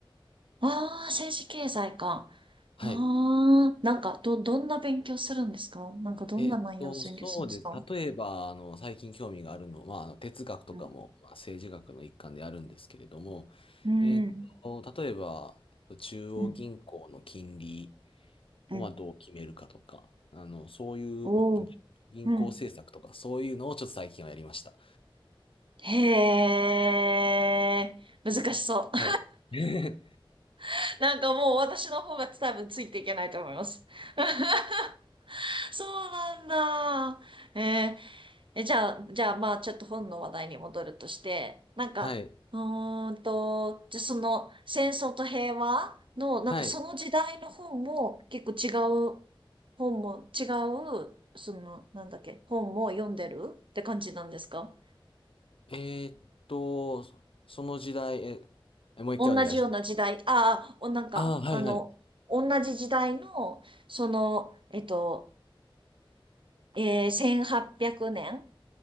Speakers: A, on the right (about 65°); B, on the left (about 75°).
A: ああー、政治経済か。ああ、
B: はい。
A: なんか、ど、どんな勉強するんですかなんか、どんな内容を勉強するんですか
B: えっと、そうです。例えば、あの、最近興味があるのは、まあ、あの哲学とかも、
A: うん。
B: まあ政治学の一環であるんですけれども、
A: うん。
B: えっと、例えば、中央銀行の金利
A: うん。うん。
B: を、まあ、どう決めるかとか、あの、そういう
A: おお。
B: 銀行政策とか、
A: うん。
B: そういうのをちょっと最近はやりました。
A: へえ、難しそう。
B: あ、はい。<laughs>
A: <laughs> なんかもう私の方が多分ついていけないと思います。<laughs> そうなんだ。えーえ、じゃあ、じゃあ、まあ、ちょっと本の話題に戻るとして、なんか、
B: はい。
A: うーんと、じゃあその、戦争と平和の、なんかその時代の本も、
B: はい。
A: 結構違う、本も、違う、その、なんだっけ、本も読んでるって感じなんですか
B: えーっと、その時代、え、えもう一回お願いして。
A: 同じような時代、ああ、おなんか、
B: ああ、はいはい。
A: あの、同じ時代の、その、えっと、えー1800年